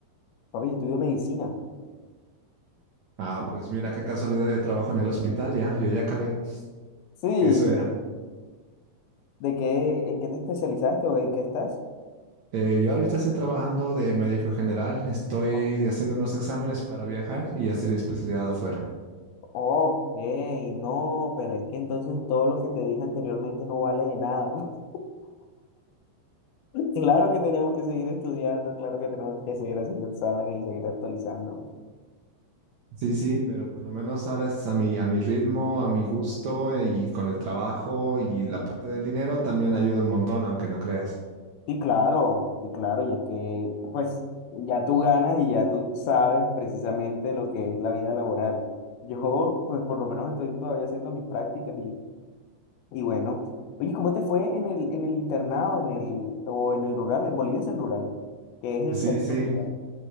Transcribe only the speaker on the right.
Ah, pues mira qué casualidad, yo trabajo en el hospital ya, yo ya acabé.
Eso era.
Eh, yo ahorita estoy trabajando de médico general, estoy
haciendo unos exámenes para viajar y hacer especialidad afuera.
Sí, sí, pero por lo menos ahora es a mi, a mi ritmo, a mi gusto eh, y con el trabajo y la parte del dinero también ayuda un montón, aunque no creas.
Sí,
sí,